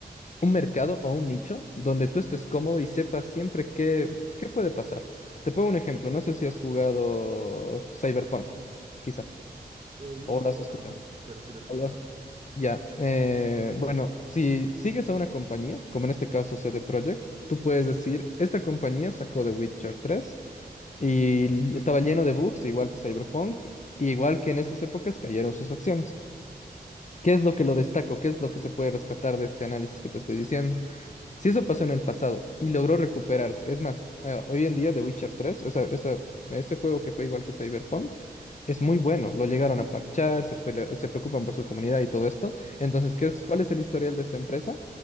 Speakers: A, on the left (about 45°); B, on the right (about 35°).
A: un mercado o un nicho donde tú estés cómodo y sepas siempre qué, qué puede pasar. Te pongo un ejemplo. No sé si has jugado Cyberpunk, quizá
B: Eh, muy
A: o
B: poco
A: lo has escuchado.
B: realmente, pero sí lo he escuchado.
A: o lo has- Ya, eh, bueno, si sigues a una compañía, como en este caso CD Projekt, tú puedes decir, esta compañía sacó The Witcher tres y l- estaba lleno de bugs, igual que Cyberpunk, igual que en esas épocas cayeron sus acciones. ¿Qué es lo que lo destaco? ¿Qué es lo que se puede rescatar de este análisis que te estoy diciendo? Si eso pasó en el pasado y logró recuperarse, es más, eh, hoy en día The Witcher 3, esa, esa- ese juego que fue igual que Cyberpunk, es muy bueno, lo llegaron a parchar, se, pele- se preocupan por su comunidad y todo esto. Entonces, ¿qué es, cuál es el historial de esta empresa?